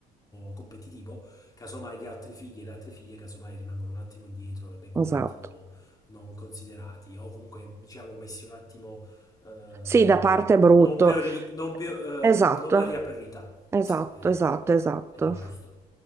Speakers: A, on the left; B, on the right.
A: competitivo, casomai gli altri figli e le altre figlie casomai rimangono un attimo indietro e vengono
B: Esatto.
A: un attimo non considerati o comunque diciamo messi un attimo ehm,
B: Sì, da parte è brutto.
A: non, priori- non, pio-
B: Esatto.
A: ehm, non dati a priorità.
B: Esatto,
A: Sì, eh,
B: esatto, esatto.
A: ed è giusto.